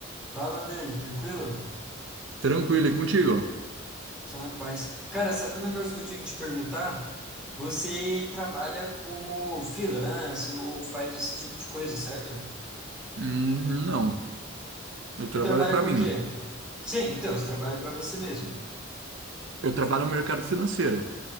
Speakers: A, in the centre; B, on the right.
A: Fala, Dani, tranquilo?
B: Tranquilo, e contigo?
A: Só na paz. Cara, sabe um negócio que eu tinha que te perguntar? Você trabalha como freelance ou faz esse tipo de coisa, certo?
B: Hum, não, eu trabalho
A: Você trabalha
B: para
A: com
B: mim.
A: o quê? Sim, então, você trabalha para você mesmo.
B: Eu trabalho no mercado financeiro.